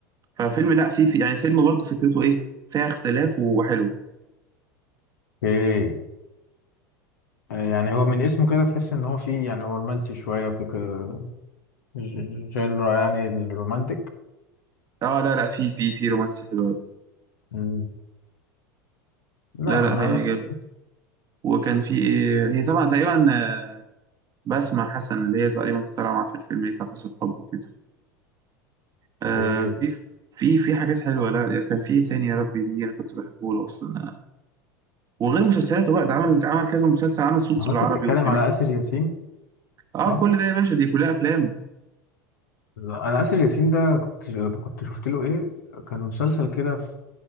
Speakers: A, on the right (about 35°); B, on the left (about 75°).
A: ففيلم لا فيه في يعني فيلم برضو فكرته إيه فيها اختلاف وحلو
B: اوكي آه، يعني هو من اسمه كده تحس ان هو فيه يعني هو رومانسي شويه في كده ج- جنرا يعني الرومانتيك
A: اه لا لا في في في رومانسي حلو أوي.
B: مم. لا
A: لا
B: انا
A: لا هيعجبك
B: ما
A: وكان في ايه هي طبعا تقريبا آه، بسمة حسن اللي هي تقريبا كانت طالعة معاه في الفيلم هي كانت قصة حب وكده آه
B: اوكي
A: في في في حاجات حلوة لا كان في إيه تاني يا ربي دي انا كنت بحبه له اصلا وغير مسلسلاته بقى ده عمل عمل كذا مسلسل عمل سوتس
B: هو
A: بالعربي
B: انت بتتكلم
A: وبيبي
B: على اسر ياسين
A: اه
B: صح
A: كل ده يا باشا دي كلها افلام
B: لا انا اسر ياسين ده كنت كنت شفت له ايه كان مسلسل كده في